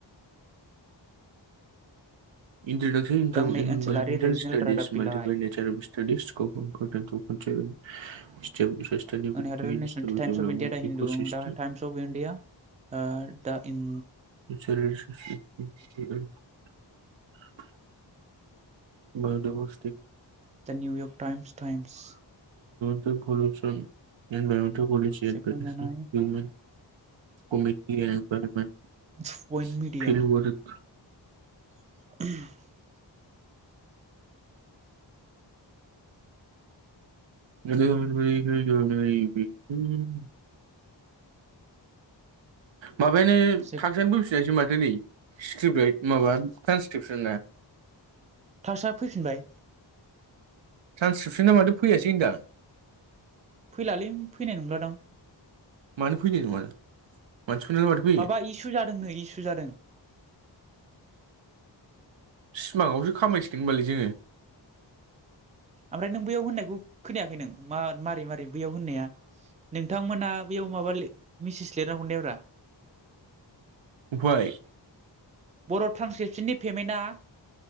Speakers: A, on the right; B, on the right.
A: <unintelligible>
B: गांनै ओनसोलारि रिजनेल रादाब बिलाइ
A: <unintelligible>
B: <unintelligible> टाइमस
A: इन स्टेबल development
B: अफ इिया the Hindu
A: ecosystem
B: the times of India ओ दा इन
A: <unintelligible> बाय'दायबरसिथि
B: दा निउयर्क टाइम्स टाइम्स
A: <unintelligible>
B: सेबखांजानाय
A: <unintelligible>
B: पइन्ट मिडिया <unintelligible>
A: <unintelligible> माबायानो
B: सेब
A: थाक्स आनो फैफिनायसै माथ <unintelligible> माबा टान्सक्रिपसन ना
B: ताक्सआ फैफिनबाय
A: ट्रान्सक्रिपसना माथो फैयासै होनदों आं
B: फैलालै फैनाय नंलादां
A: मानो फैनाय नङा मानसिफोरनाल माथो फैयो
B: माबा इसु जादोंनो इसु जादों
A: सिमाङावसो खामायसिगोन होनबालाय जोङो
B: ओमफ्राय नों बैयाव होननायखौ खोनायाखै नों मा मारै मारो बैयाव होननाया नों थांमोनहा बैयाव माबा मेसेज लिरना हरनाया ब्रा
A: अफाय
B: बर' ट्रेन्सक्रिपसननि पेमेन्टआ